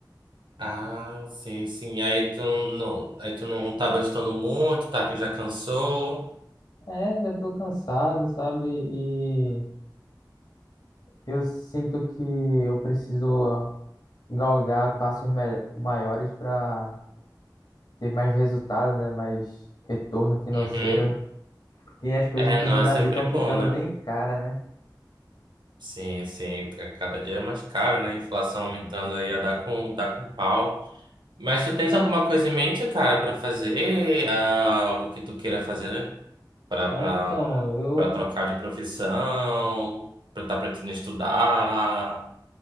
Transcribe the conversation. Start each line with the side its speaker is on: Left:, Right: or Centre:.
Right: Ah, sim, sim. E aí tu não, aí tu não tá gostando muito, tá? Que já cansou.
Left: É, já tô cansado, sabe? E eu sinto que eu preciso galgar passos mai- maiores para ter mais resultado, né? Mais retorno financeiro.
Right: Uhum.
Left: Porque as coisas
Right: É,
Left: aqui
Right: não,
Left: no Brasil
Right: é sempre
Left: estão ficando
Right: bom, né?
Left: bem caras, né?
Right: Sim, sim, ca- cada dia é mais caro, né? Inflação aumentando aí, a dar com, dá com pau. Mas tu tens alguma coisa em mente, cara, pra fazer? Ah, algo que tu queira fazer pra,
Left: Ah,
Right: pra,
Left: então, eu
Right: pra trocar de profissão? Pra tá pretendendo estudar?